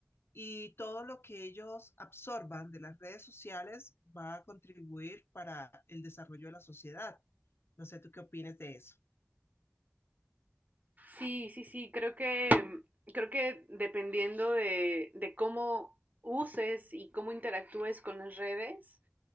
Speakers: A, on the left; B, on the right.
A: y todo lo que ellos absorban de las redes sociales va a contribuir para el desarrollo de la sociedad. No sé, ¿tú qué opinas de eso?
B: Sí, sí, sí, creo que, creo que dependiendo de, de cómo uses y cómo interactúes con las redes,